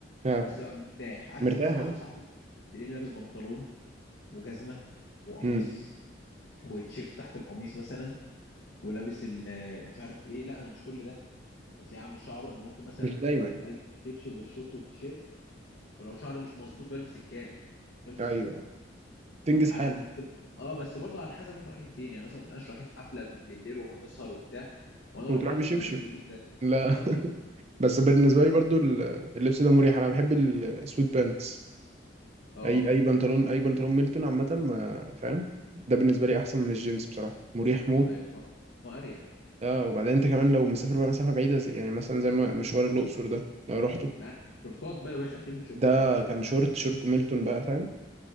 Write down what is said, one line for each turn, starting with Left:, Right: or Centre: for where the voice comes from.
Right: اه
Left: بس ببقى مرتاح عكس
Right: مرتاح
Left: مثلا واحد
Right: اه
Left: صاحبي تلاقيه لابس بنطلون وجزمه وقميص
Right: امم
Left: وتيشيرت تحت القميص مثلا ولابس ال- ومش عارف ايه لا انا مش كل ده وتلاقيه عامل شعره انا ممكن مثلا
Right: مش دايما
Left: البس الشبشب والشورت والتيشيرت ولو شعري مش مظبوط بلبس الكاب خلصت
Right: ايوه تنجز
Left: على
Right: حالك
Left: بس اه بس برضه على حسب احنا رايحين فين يعني مثلا ما بنبقاش رايحين حفله بالليل وهنسهر وبتاع وانا
Right: وتروح
Left: اروح بلبس
Right: بشبشب
Left: المدربين ده
Right: لا
Left: اه
Right: <laughs> بس بالنسبة لي برضو ال- اللبس ده مريح انا بحب السويت بانتس
Left: اه
Right: اي اي بنطلون اي بنطلون ميلتون عامه ما فاهم ده بالنسبه لي احسن من الجينز بصراحه مريح موت
Left: ايوه طبعا آه، اريح
Right: اه وبعدين انت كمان لو مسافر بقى مسافه بعيده زي يعني مثلا زي ما مشوار الاقصر ده لو رحته
Left: لا شورتات بقى يا باشا هتعمل شورتات
Right: ده
Left: على طول
Right: كان شورت شورت ميلتون بقى فاهم